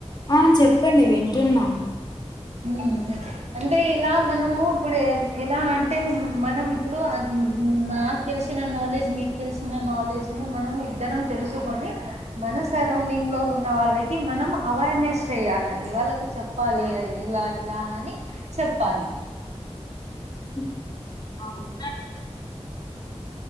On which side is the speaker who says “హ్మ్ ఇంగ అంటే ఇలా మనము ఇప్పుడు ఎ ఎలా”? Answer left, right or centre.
Right